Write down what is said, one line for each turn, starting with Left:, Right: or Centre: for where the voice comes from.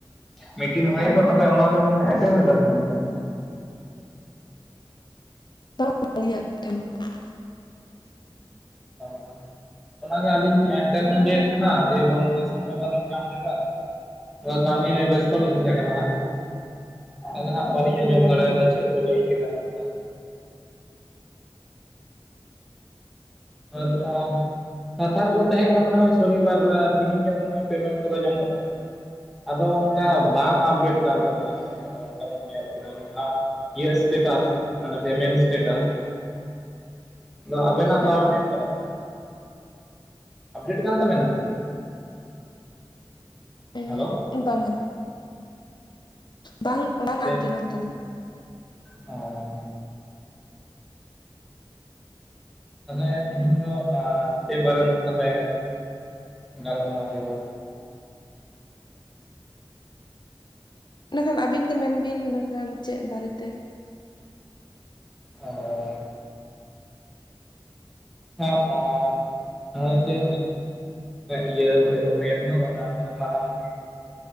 Centre: ᱢᱤᱴᱤᱝ ᱦᱩᱭᱮᱱ ᱫᱚ ᱛᱟᱦᱚᱞᱮ ᱚᱱᱟ ᱵᱮᱱ ᱮᱴᱮᱱ ᱞᱮᱫᱟ ᱥᱮ ᱵᱟᱝ ᱛᱤᱦᱤᱧ ᱫᱚ?
Left: <inaudible>
Centre: <inaudible> ᱚᱱᱟ ᱜᱮ ᱟᱹᱞᱤᱧ ᱮᱴᱮᱱᱞᱤᱧ ᱞᱟᱹᱭᱮᱫ ᱛᱟᱦᱮᱸᱱᱟ, ᱫᱤᱭᱮᱯᱚᱨ ᱚᱱᱠᱟ ᱥᱚᱢᱚᱭ ᱵᱟᱹᱞᱤᱧ ᱧᱟᱢ ᱞᱮᱫᱟ᱾ ᱛᱷᱚᱲᱟ ᱠᱟᱹᱢᱤ ᱨᱮ ᱵᱮᱥᱛᱚ ᱞᱤᱧ ᱛᱟᱦᱮ ᱠᱟᱱᱟ ᱦᱟᱸᱜ ᱾ ᱟᱫᱚ ᱦᱟᱸᱜ ᱵᱟᱹᱞᱤᱧ ᱟᱸᱡᱚᱢ ᱫᱟᱲᱮᱭ ᱟᱫᱟ ᱪᱮᱫ ᱠᱚ ᱞᱟᱹᱭ ᱠᱮᱫᱟ ᱚᱱᱠᱟ <unintelligible> ᱠᱟᱛᱷᱟ ᱨᱮᱫᱚ ᱛᱟᱦᱮᱸ ᱠᱟᱱᱟ, ᱢᱟᱱᱮ ᱦᱚᱭ ᱥᱚᱱᱤ ᱵᱟᱨ ᱛᱮᱦᱤᱧ ᱡᱮᱢᱚᱱ ᱯᱮᱢᱮᱱᱴ ᱠᱚᱫᱚ ᱧᱟᱢᱚᱜ ᱛᱟᱦᱮᱱᱟ ᱢᱟᱱᱮ᱾ ᱟᱫᱚ ᱚᱱᱠᱟ ᱵᱟᱝ ᱟᱯᱰᱮᱴ ᱠᱟᱱ ᱛᱟᱹᱞᱤᱧᱟ ᱟᱹᱞᱤᱧ ᱫᱚ, ᱚᱱᱠᱟ ᱞᱤᱧ ᱧᱮᱞ ᱠᱮᱫᱟ ᱚᱱᱟ ᱡᱟᱦᱟᱸ ᱤᱭᱟᱹ ᱥᱴᱮᱴᱟᱥ ᱯᱮᱢᱮᱱᱴ ᱮᱴᱮᱴᱟᱥ ᱟᱫᱚ ᱟᱵᱮᱱᱟᱜ
Left: ᱦᱮᱸ
Centre: ᱫᱚ
Left: ᱦᱮᱸ
Centre: ᱟᱯᱰᱮᱴ ᱠᱟᱱᱟ ᱥᱮ ᱵᱟᱝ, ᱟᱯᱰᱮᱴ ᱠᱟᱱ ᱛᱟᱵᱮᱱᱟ?
Left: ᱮᱜ
Centre: ᱦᱮᱞᱳ
Left: ᱵᱟᱝᱼᱟ ᱾ ᱵᱟᱝ, ᱵᱟᱝ
Centre: ᱥᱮ
Left: ᱟᱯᱰᱮᱴ ᱟᱠᱟᱱ ᱛᱟᱹᱞᱤᱧᱟ ᱾
Centre: ᱚ ᱛᱟᱦᱚᱞᱮ ᱛᱮᱦᱤᱧ ᱫᱚ ᱪᱮᱫ ᱵᱟᱨᱮ ᱛᱟᱦᱚᱞᱮ ᱜᱟᱞᱢᱟᱨᱟᱣ ᱦᱩᱭᱩᱜ-ᱟ
Left: ᱤᱱᱟᱹ ᱠᱷᱟᱱ ᱟᱹᱵᱤᱱ ᱜᱮ ᱢᱮᱱ ᱵᱤᱱ ᱤᱱᱟᱹᱠᱷᱟᱱ ᱪᱮᱫ ᱵᱟᱨᱮ ᱛᱮ?
Centre: ᱚ <inaudible> ᱱᱚᱜᱼᱚᱭ ᱡᱮ ᱤᱭᱟᱹ ᱦᱩᱭᱮᱱ ᱫᱚ ᱚᱱᱟ ᱩᱱᱟᱹᱜ ᱢᱟᱨᱟᱝ